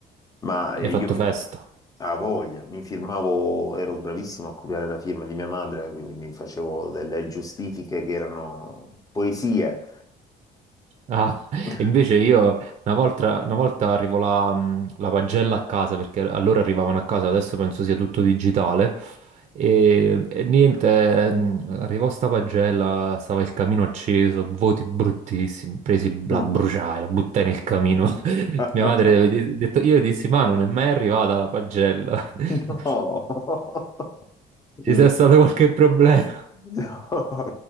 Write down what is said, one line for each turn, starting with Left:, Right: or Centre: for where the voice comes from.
Left: ma eh,
Right: hai
Left: io
Right: fatto
Left: mi,
Right: festa.
Left: a voglia, mi firmavo, ero bravissimo a copiare la firma di mia madre, quindi mi facevo delle giustifiche che erano poesie.
Right: Ah, <laughs>
Left: <laughs>
Right: invece io una volta, una volta arrivo la, mh, la pagella a casa perché allora arrivavano a casa, adesso penso sia tutto digitale. E, e niente, mh, arrivò sta pagella, stava il camino acceso, voti bruttissimi, presi, la
Left: Mm.
Right: bruciai, la buttai nel camino. <laughs>
Left: <laughs>
Right: Mia madre aveva di- detto, io dissi, ma non è mai arrivata la pagella. <laughs>
Left: No,
Right: Ci
Left: <laughs> invece
Right: sia stato qualche problema.
Left: No, <laughs>